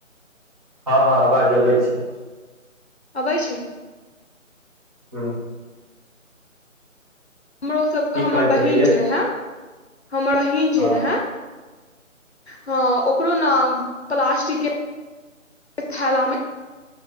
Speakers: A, on the right; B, on the left.
A: हँ हँ आवाज अबै छै
B: अबै छै
A: हँ
B: हमरो सबके
A: की
B: हमर
A: कहैत
B: बहिन
A: रहियै
B: जे रहे हमर बहिन
A: हँ
B: जे रहय हँ ओकरो ना प्लास्टिक के थेला मे